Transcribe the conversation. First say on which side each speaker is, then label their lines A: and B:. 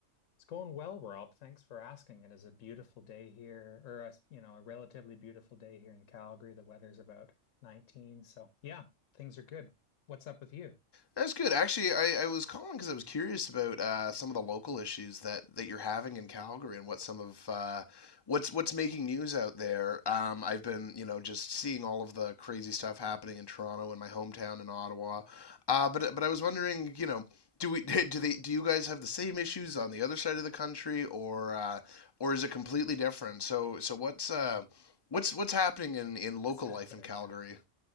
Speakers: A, on the left; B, on the left.
A: It's going well, Rob. Thanks for asking. It is a beautiful day here, or a, you know, a relatively beautiful day here in Calgary. The weather's about 19, so yeah, things are good. What's up with you?
B: That's good. Actually, I, I was calling because I was curious about uh, some of the local issues that, that you're having in Calgary and what some of uh, what's what's making news out there. Um, I've been, you know, just seeing all of the crazy stuff happening in Toronto and my hometown in Ottawa. Uh, but but I was wondering, you know, do we <laughs> do they do you guys have the same issues on the other side of the country or uh, or is it completely different? So so what's uh, what's what's happening in, in local
A: What's happening?
B: life in Calgary?
A: Yeah,